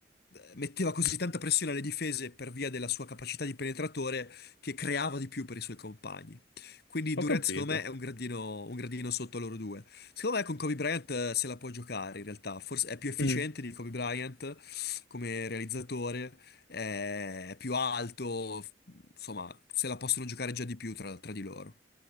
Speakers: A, on the left; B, on the left.
A: eh, metteva così tanta pressione alle difese per via della sua capacità di penetratore che creava di più per i suoi compagni. Quindi
B: Ho
A: Durant
B: capito,
A: secondo me è un gradino, un gradino sotto loro due. Secondo me con Kobe Bryant eh, se la può giocare in realtà, forse è più efficiente
B: Mm.
A: di Kobe Bryant come realizzatore, è più alto, f- insomma se la possono giocare già di più tra, tra di loro.